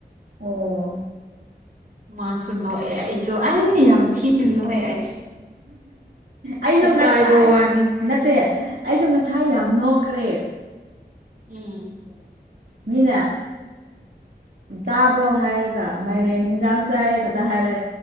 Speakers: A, on the right; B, on the right.
A: ꯑꯣ
B: ꯃꯥꯁꯨ ꯅꯣꯛꯑꯦ ꯑꯩꯁꯨ ꯑꯩ ꯌꯥꯝ ꯊꯤꯅ ꯅꯣꯛꯑꯦ ꯑꯩ
A: ꯑꯩꯁꯨꯅ
B: ꯏꯀꯥꯏꯕ
A: ꯉꯁꯥꯏ
B: ꯋꯥꯅꯤ
A: ꯅꯠꯇꯦ ꯑꯩꯁꯨ ꯉꯁꯥꯏ ꯌꯥꯝ ꯅꯣꯛꯈ꯭ꯔꯦ
B: ꯎꯝ
A: ꯃꯤꯅ ꯇꯥꯕ꯭ꯔꯣ ꯍꯥꯏꯔꯒ ꯃꯥꯏꯔꯦꯟ
B: ꯎꯝ
A: ꯍꯟꯖꯥꯡ ꯆꯥꯏꯌꯦ ꯈꯛꯇ ꯍꯥꯏꯔꯒ